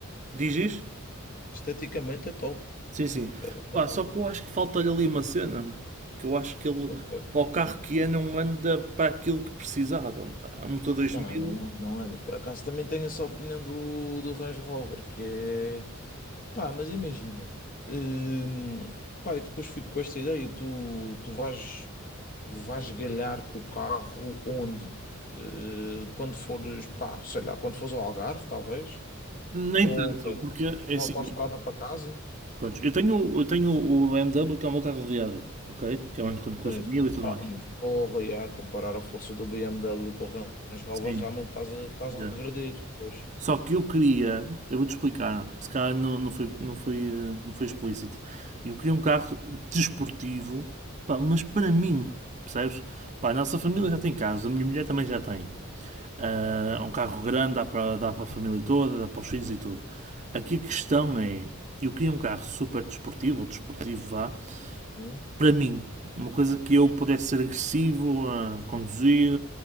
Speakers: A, on the right; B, on the left.
A: Diz isso?
B: Esteticamente é top.
A: Sim, sim.
B: É grande
A: Pá, só
B: carro.
A: que eu acho que falta-lhe ali uma cena. Que eu acho que ele,
B: Ok.
A: para o carro que é, não anda para aquilo que precisava. Pá, um motor 2000,
B: Não, não anda, não anda. Por acaso também tenho essa opinião do, do Range Rover, que é. Pá, mas imagina. hum, pá, eu depois fico com esta ideia. Tu, tu vais, vais galhar com o carro onde? Eh, quando fores, pá, sei lá, quando fores ao Algarve, talvez?
A: nem
B: Ou
A: tanto, porque é assim.
B: na autoestrada para casa?
A: pronto, eu tenho, eu tenho o BMW, que é o meu carro de viagem, ok? Que é onde quando com
B: Sim.
A: a família e tudo
B: Ah,
A: mais.
B: mas porra, e a comparar a força do B M W com o Range Rover,
A: Sim.
B: realmente estás a, estás
A: já.
B: a regredir. Pois.
A: Só que eu queria, eu vou-te explicar, se calhar não, não, foi, não, foi, eh, não foi explícito. Eu queria um carro desportivo, pá, mas para mim, percebes? Pá, a nossa família
B: Hum,
A: já tem carros, a minha mulher também já tem. Ah, é um carro grande, dá para, dá para a família toda, dá para os filhos e tudo. Aqui a questão é, eu queria um carro super desportivo, ou desportivo vá,
B: hum,
A: para mim, uma coisa que eu pudesse ser agressivo a conduzir,